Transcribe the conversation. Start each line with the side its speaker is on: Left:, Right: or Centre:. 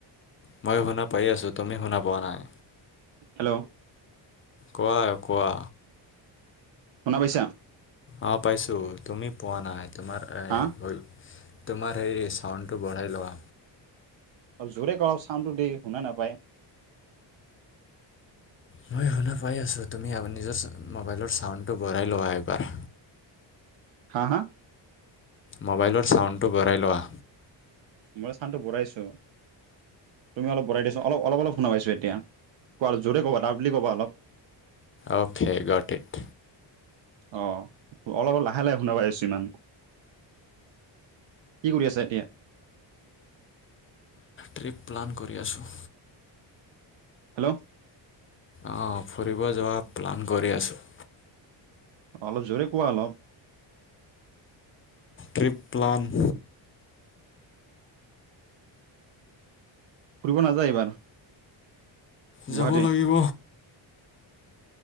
Left: মই শুনা পাই আছো তুমি শুনা পোৱা নাই
Right: হেল্ল'
Left: কোৱা কোৱা
Right: শুনা পাইছা
Left: অ পাইছো তুমি পোৱা নাই তোমাৰ এই
Right: হা
Left: ভই তোমাৰ হেৰি চাউণ্ডটো বঢ়াই লোৱা
Right: অ জোৰে ক চাউডটো দি শুনা নাপায়
Left: মই শুনা পাই আছোঁ তুমি নিজৰ মোবাইলৰ চাউণ্ডটো বঢ়াই লোৱা এবাৰ
Right: হা হা
Left: মোবাইলৰ ছাউণ্ডটো বঢ়াই লোৱা
Right: মই চানটো বৰাইছো তুমি অলপ বৰাই দে চোন অলপ অলপ অলপ শুনা পাইছো এতিয়া কোৱা জোৰে কবা লাউদলি কবা অলপ
Left: অ'কে গট্ ইট্।
Right: অ' অল-অলপ লাহে লাহে শুন পাইছো ইমান, কি কৰি আছা এতিয়া?
Left: ট্ৰিপ প্লান কৰি আছোঁ।
Right: হেল্ল'!
Left: অঁ ফুৰিব যোৱা প্লান কৰি আছোঁ।
Right: অলপ জোৰে কোৱা অলপ।
Left: Trip plan.
Right: ফুৰিব নাযায় এইবাৰ?
Left: যাব
Right: গুৱাহাটী
Left: লাগিব।